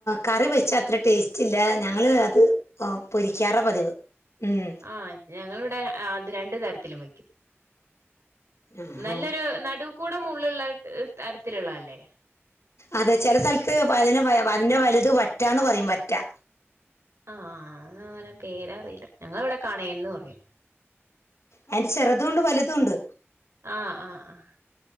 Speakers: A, on the left (about 85°); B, on the right (about 70°).
A: കറി വെച്ചാ അത്ര ടേസ്റ്റ് ഇല്ല ഞങ്ങള് അത്. പൊരിക്കാറ പതിവ് ഉം
B: ആ ഞങ്ങളിവിടെ അത് രണ്ടു തരത്തിലും വെക്കും
A: ആഹാ
B: നല്ലൊരു നടു കൂട് മുള്ള്ള്ള തരത്തിലുള്ള അല്ലെ?
A: അതെ ചെല സ്ഥലത്ത് അതിന് അതിന്റെ വലുത് വറ്റാന്ന് പറയും വറ്റാ.
B: ആഹ് അങ്ങനെ പേര് അറിയില്ല ഞങ്ങള് ഇവിടെ കണേന്ന് പറയും.
A: അയിന്റെ ചെറുതും ഉണ്ട് വലുതും ഉണ്ട്.
B: ആഹ് ആഹ് ആ